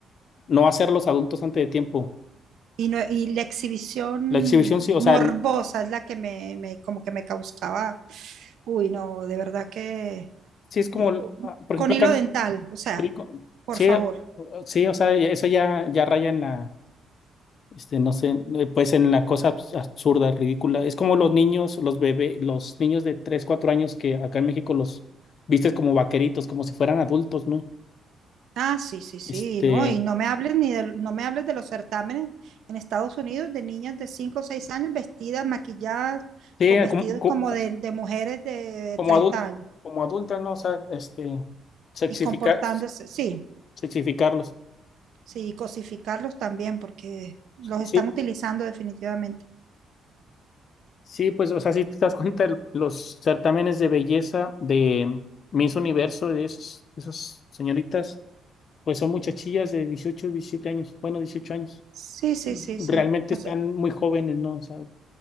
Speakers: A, on the left; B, on the right.
A: no hacer los adultos antes de tiempo.
B: Y, no, y la exhibición
A: La exhibición, sí, o
B: morbosa
A: sea, n-
B: es la que me, me- como que me causaba, uy, no, de verdad que
A: sí es como,
B: eh,
A: ah, por
B: con
A: ejemplo,
B: hilo
A: acá.
B: dental, o sea,
A: Sí, co-
B: por
A: sí,
B: favor.
A: o- sí, o sea, eso ya, ya raya en la, este, no sé, eh, pues en la cosa abs- absurda, ridícula. Es como los niños, los bebés, los niños de 3 4 años que acá en México los vistes como vaqueritos, como si fueran adultos, ¿no?
B: Ah, sí, sí, sí,
A: Este,
B: no, y no me hables ni de, no me hables de los certámenes en Estados Unidos de niñas de 5 o 6 años vestidas, maquilladas,
A: sí,
B: con vestidos
A: como, co-
B: como
A: co-
B: de, de mujeres de
A: como,
B: 30
A: adultos,
B: años
A: como adulta, ¿no? O sea, este, sexificar,
B: y comportándose, sí.
A: sexificarlos.
B: Sí, cosificarlos también, porque los están
A: Sí,
B: utilizando definitivamente.
A: sí, pues, o sea, si te das cuenta, el- los certámenes de belleza de Miss Universo, de esos- esas señoritas pues son muchachillas de 18, 17 años, bueno, 18 años.
B: Sí, sí, sí,
A: Realmente
B: sí. O
A: están
B: sea,
A: muy jóvenes, ¿no? O sea,